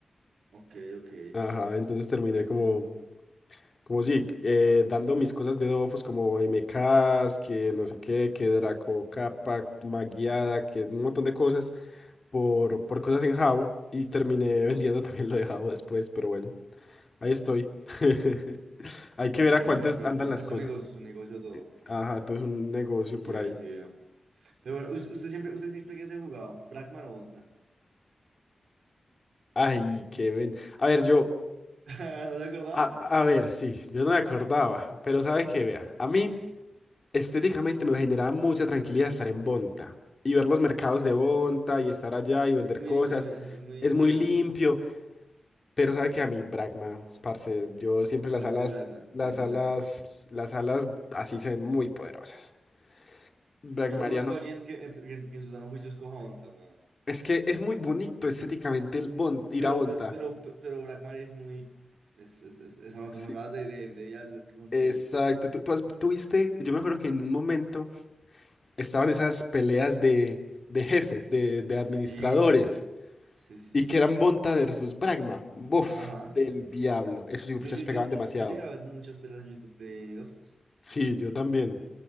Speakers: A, on the right (about 90°); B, on the left (about 40°).
A: Ok, ok.
B: Ajá, entonces terminé como, como sí, eh, dando mis cosas de Dofus como MKs, que no sé qué, que Draco Capa, Maguiada, que un montón de cosas por, por cosas en jabo y terminé <laughs> vendiendo también lo de jabo después, pero bueno, ahí estoy. <laughs> Hay que
A: Ok,
B: ver a cuántas
A: bueno, pero
B: andan
A: es,
B: las
A: es
B: cosas.
A: un negocio, es un negocio todo. Sí,
B: Ajá, todo es un negocio
A: sí
B: por
A: veo,
B: ahí.
A: sí veo. Pero bueno, us- usted siempre, usted siempre que se jugaba, Bragmar o Bonta.
B: Ay, qué ven. A ver, yo,
A: <laughs> ¿No se acordaba?
B: a, a ver, sí, yo no me acordaba, pero sabe que vea, a mí. Estéticamente me generaba mucha tranquilidad estar en Bonta y ver los mercados de Bonta y estar allá y vender
A: Es que muy,
B: cosas.
A: lim- es muy, es, muy es muy
B: Es muy
A: bonito.
B: limpio, pero sabe que a mí, Bragma, parce, yo siempre
A: Yo
B: las
A: también
B: alas,
A: soy Bragmar.
B: las
A: Yo soy
B: alas,
A: Bragmar.
B: las alas así se ven muy poderosas. Bragmariano.
A: Yo no conozco a alguien que, en su- que en que en su sano juicio escoja Onta, weón.
B: Es que es muy bonito estéticamente el Bon- ir
A: Pero,
B: a Bonta.
A: pe- pero, pe- pero, Blackmar es muy. Es, es, es, es- son las
B: Sí.
A: personas de, de, de Diablo, es que son
B: Exacto.
A: chéveres.
B: Tú, tú has- tú viste, yo me acuerdo que en un momento estaban esas peleas de, de jefes, de de administradores.
A: Sí, sí, sí,
B: Y
A: sí.
B: que eran Bonta versus Bragma. Buf,
A: Ajá.
B: del diablo. Esos
A: Yo,
B: puchas
A: yo, yo,
B: pegaban
A: yo,
B: demasiado.
A: yo llegué a ver muchas peleas en YouTube de Dofus,
B: Sí, yo también.